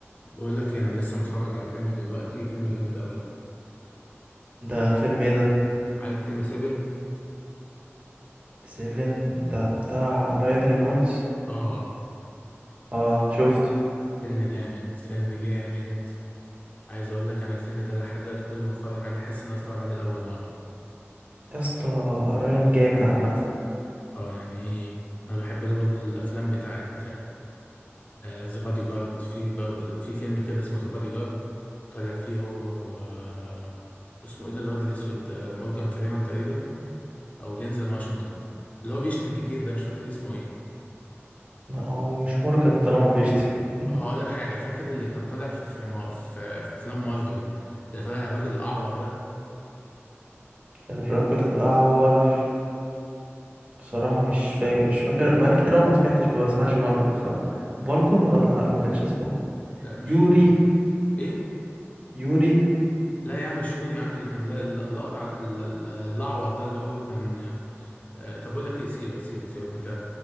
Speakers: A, on the left; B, on the right.
A: بقول لك إيه، انا لسه متفرج على فيلم دلوقتي فيلم جامد قوي
B: ده فيلم ايه ده
A: عارف فيلم 7
B: سيفن ده بتاع رايان رينولدز
A: اه
B: اه شفته
A: فيلم جامد فيلم جامد عايز اقول لك انا الفيلم ده لحد دلوقتي كل ما اتفرج عليه احس ان انا اتفرج عليه لاول مره
B: يا اسطى رايان جامد عامه
A: اه يعني انا بحب له برضه الافلام بتاعت ذا بادي جارد في ب- في فيلم كده اسمه ذا بادي جارد طالع فيه هو و آه، اسمه ايه ده الواد الاسود آه، مورجان فريمان تقريبا او دينزل واشنطن اللي هو بيشتم كتير ده مش فاكر اسمه ايه.
B: لا هو مش مورجان طالما بيشتم <laughs>
A: هقول لك حاجة فاكر اللي كان طالع في في, ما- في, في أفلام مارفل اللي طالع الراجل الأعور ده
B: الرجل الاعور بصراحه مش فاكر مش فاكر بقالي كتير أوي ما سمعتش ما بسمعش مارفل ف فالكون ولا لا ما كانش اسمه
A: لا مش
B: يوري
A: فاكر كان- إيه؟
B: يوري
A: لا يا عم شيور يا عم اللي كان لا- لا- الأقرع د- ال- ال- الأعور ده اللي هو كان آه، طب بقول لك إيه سيبك سيبك سيبك أنت